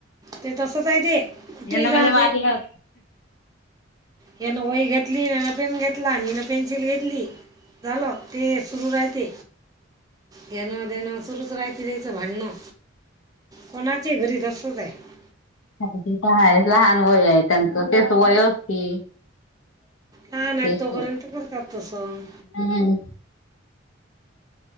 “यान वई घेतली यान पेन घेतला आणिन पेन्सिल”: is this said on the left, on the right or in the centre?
Right